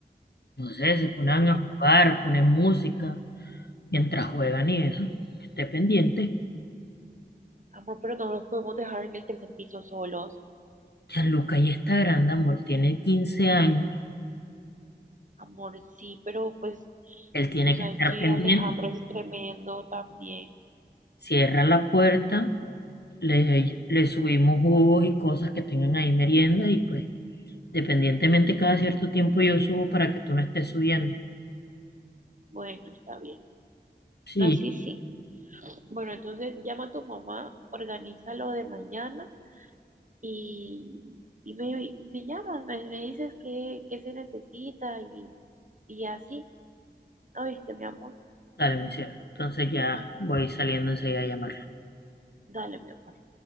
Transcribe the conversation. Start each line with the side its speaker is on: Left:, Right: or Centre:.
Left: No sé, se ponen
Right: bueno,
Left: a jugar, ponen música mientras juegan y eso. Esté pendiente.
Right: amor, pero no los podemos dejar en el tercer piso solos.
Left: Gianluca ya está grande, amor, tiene 15 años.
Right: Amor, sí, pero pues
Left: Él tiene
Right: tú sabes
Left: que estar
Right: que
Left: pendiente.
Right: Alejandro es tremendo también.
Left: Cierra la puerta, le, le subimos jugos y cosas que tengan ahí merienda y pues, dependientemente cada cierto tiempo yo subo para que tú no estés subiendo.
Right: Bueno, está bien.
Left: Sí,
Right: Así sí. Bueno, entonces llama a tu mamá, organiza lo de mañana y, y me, me llamas, me, me dices qué, qué se necesita y, y así. ¿Oíste, mi amor?
Left: dale, mi cielo. Entonces ya voy saliendo enseguida a llamar.
Right: Dale, mi amor.